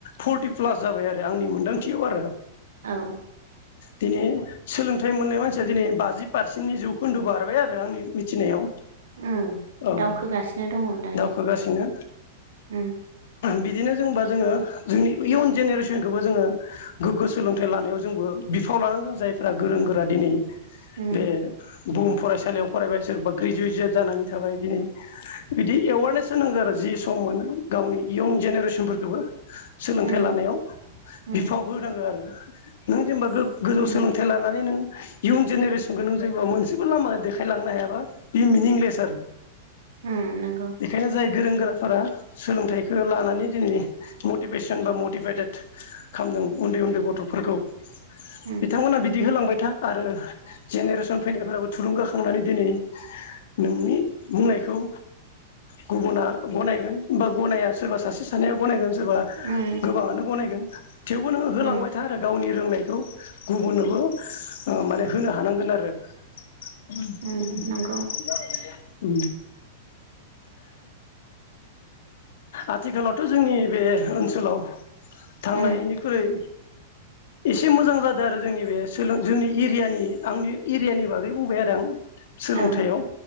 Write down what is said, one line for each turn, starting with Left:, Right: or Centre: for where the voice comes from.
Left: फर्टि प्लास जाबाय आरो आंनि मोनदांथियाव आरो
Right: औ
Left: दिनै सोलोंथाइ मोननाय मानसिया दिनै बाजि पारस सेननि जौखोन्दो बारबाय आरो आंनि मिथिनायाव
Right: उम
Left: औ
Right: दावखोगासिनो दङ दायो
Left: दावखोगासिनो
Right: उम
Left: बिदिनो जोंबा जोङो जोंनि इयुन जेनेरेसनखौबो जोङो गोग्गो सो लोंथाइ लानायाव जोंबो बिफाव लानांगोन जायफ्रा गोरों गोरा दिनै
Right: उम
Left: बे बुहुम फरायसालियाव फरायबाय सोरबा ग्रेजुवेटसे जानानै थाबाय दिनै बिदि एवारनेस होनांगौ आरो जि सम मोनो गावनि इयुन जेनेरेसनफोरखौबो सोलोंथाइ
Right: उम
Left: लानायाव
Right: उम
Left: बिफाव होनांगौ आरो। नों जेनबा गोग गोजौ
Right: उम
Left: सोलोंथाइ लानानै नों इयुन जेनेरेसनखौ नों जायोबा मोनसेबो लामा देखायलांनो हायाबा बे मिनिंलेस आरो
Right: उम नंगौ
Left: बेखायनो जाय गोरों गोराफोरा सोलोंथाइखौ लानानै दिनै मटिभेसन बा मटिभेटेड खालामदों उन्दै उन्दै गथ थ'फोरखौ
Right: उम
Left: बिथांमोना बिदि होलांबाय था आरो जेनेरेसन फैनायफोराबो थुलुंगाखांनानै दिनै नोंनि बुंनायखौ गुबुना गनायगोन बा गनाया सोरबा सासे सानैया गनायगोन। सोरबा
Right: उम
Left: गोबाङानो गनायगोन थेवबो नोङो होलांबाय
Right: उम
Left: गावनि रोंनायखौ गुबुननोबो ओ माने होनो हानांगोन आरो। <unintelligible>
Right: उम नंगौ
Left: ओ आथिखालावथ' जोंनि बे ओनसोलाव थांनायनिख्रुइ
Right: उम
Left: एसे मोजां जादों आरो जोंनि बे सोलों जोंनि एरियानि आंनि एरियानि बागै बुंबाय आरो आं सोलोंथाइयाव
Right: औ